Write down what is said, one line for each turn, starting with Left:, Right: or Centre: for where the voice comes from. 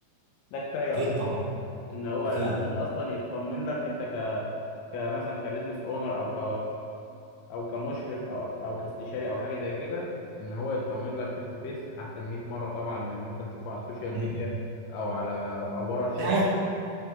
Left: ده كفايه
Right: اكيد
Left: اصلا
Right: طبعا
Left: ان هو
Right: اكيد
Left: العميل اصلا يطمن لك انت ك كمثلا كبزنس اونر او ك او كمشرف او او كاستشاري او حاجه زي كده ان هو يطمن لك فيس تو فيس احسن 100 مره طبعا من ان انت تشوفه على السوشيال ميديا
Right: مم.
Left: او على او ورا شاشه
Right: في حاجات